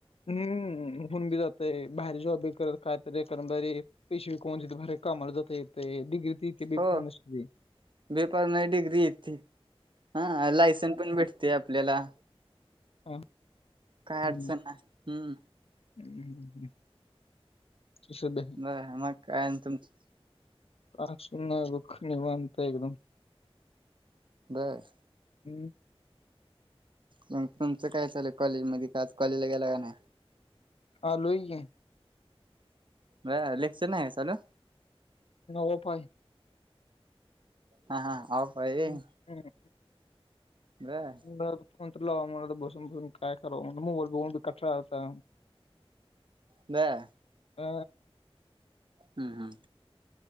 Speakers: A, on the left (about 70°); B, on the right (about 50°).
A: हम्म होन बी जातय बाहेर जॉब करत. कायतरी कणारी पेशवी कोण त भरे कामाला जात येत डग्रीत बी
B: हो
A: फार्मसी.
B: <unintelligible> डिग्री हाय ती. हा लायसन पण भेटते आपल्याला.
A: हा,
B: काय
A: हम्म,
B: अडचण नाय. हम्म.
A: हम्म, हम्म. तसं बे-
B: बर मग काय ना तुमच.
A: <unintelligible> नाय बघ. निवांत एकदम.
B: बर.
A: हम्म..
B: मग तुमचं काय चाल कॉलेज मध्ये. का आज कॉलेजला गेला का नाही?
A: हा आलोय की.
B: बरं लेक्चर नाही व्हय चालू?
A: नाही ऑफ हाय.
B: हा.. हा.. ऑफ हाय व्हय.
A: हम्म, हम्म.
B: बरं.
A: म्हणलं आता फोन तर लावावा म्हंटल बसून बसून काय करावं. मोबाईल बघून कटाळा आलाता.
B: बरं.
A: अ...
B: हम्म.. हम्म..